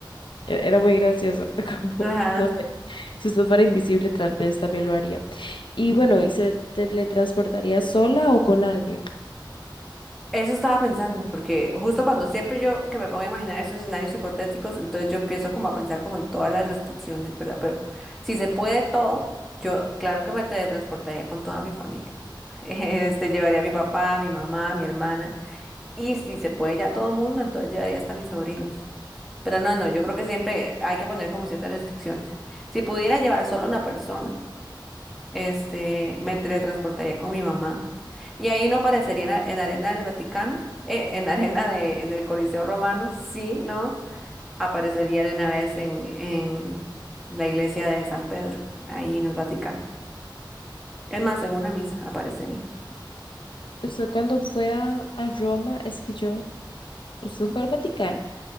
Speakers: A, on the left; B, in the centre.
A: e- era muy gracioso, <laughs> como
B: Ajá.
A: no sé, si usted fuera invisible tal vez también lo haría. Y bueno, ¿y se teletransportaría sola o con alguien?
B: Eso estaba pensando, porque justo cuando siempre yo que me pongo a imaginar esos escenarios hipotéticos, entonces yo empiezo como a pensar como en todas las restricciones, ¿verdad? Pero si se puede todo, yo claro que me teletransportaría con toda mi familia. <laughs> Este, llevaría a mi papá, a mi mamá, a mi hermana, y si se puede ya todo mundo, entonces llevaría hasta a mis sobrinos. Pero no, no, yo creo que siempre hay que poner como ciertas restricciones. Si pudiera llevar solo a una persona, este, me teletransportaría con mi mamá. Y ahí no aparecería en, a- en arena del Vaticano, eh, en arena de- del Coliseo Romano, sí, ¿no? Aparecería de una vez en, en la iglesia de San Pedro, ahí en el Vaticano. Es más, en una misa aparecería.
A: Usted cuando fue a, a Roma, es que yo, usted fue al Vaticano.